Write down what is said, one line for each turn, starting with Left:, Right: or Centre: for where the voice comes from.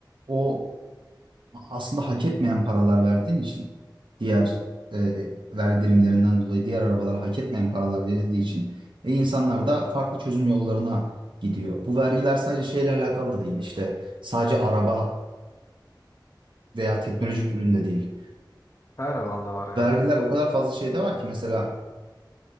Right: o aslında hak etmeyen paralar verdiğin için diğer e, vergi dilimlerinden dolayı diğer arabalara hak etmeyen paralar verildiği için e, insanlar da farklı çözüm yollarına gidiyor. Bu vergiler sadece şeyle alakalı da değil işte sadece araba veya teknolojik üründe değil.
Left: Her alanda var ya.
Right: Vergiler o kadar fazla şeyde var ki mesela